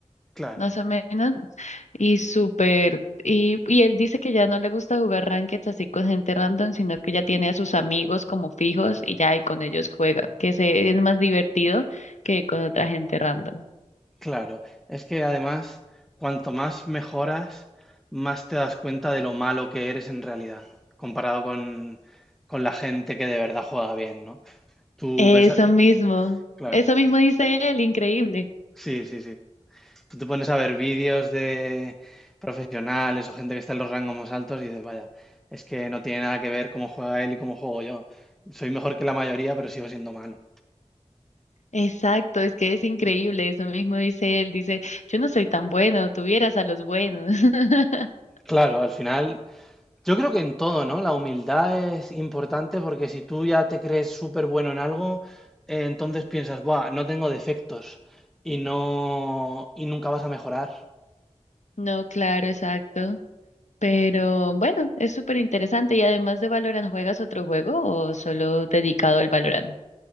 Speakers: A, in the centre; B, on the left.
A: Claro,
B: más o menos, y súper, y, y él dice que ya no le gusta jugar ranked así con gente random, sino que ya tiene a sus amigos como fijos y ya, y con ellos juega, que se, es más divertido que con otra gente random.
A: claro. Es que además, cuanto más mejoras, más te das cuenta de lo malo que eres en realidad, comparado con, con la gente que de verdad juega bien, ¿no? Tú
B: Eso
A: ves,
B: mismo,
A: Claro,
B: eso mismo dice él, increíble.
A: sí, sí, sí. Tú te pones a ver vídeos de profesionales o gente que está en los rangos más altos y dices, vaya, es que no tiene nada que ver cómo juega él y cómo juego yo. Soy mejor que la mayoría, pero sigo siendo malo.
B: Exacto, es que es increíble, eso mismo dice él, dice, yo no soy tan bueno, tuvieras a los buenos. <laughs>
A: Claro, al final, yo creo que en todo, ¿no? La humildad es importante porque si tú ya te crees súper bueno en algo, eh, entonces piensas, buah, no tengo defectos y no, y nunca vas a mejorar.
B: No, claro, exacto. Pero bueno, es súper interesante y además de Valorant, ¿juegas otro juego o solo dedicado al Valorant?